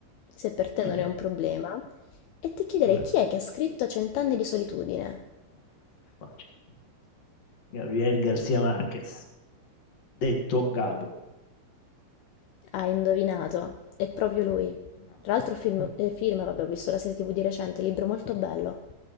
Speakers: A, on the left (about 80°); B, on the left (about 50°).
A: se per te
B: Mm.
A: non è un problema, e ti chiederei
B: Dovre-
A: chi è che ha scritto Cent'anni di solitudine?
B: Vabbè, questo è facile. Gabriel Garcia Marquez, detto Gabo.
A: Hai indovinato, è proprio lui.
B: Vabbè,
A: Tra l'altro
B: vabbè.
A: film, eh, film, vabbè, ho visto la serie TV di recente, libro molto bello.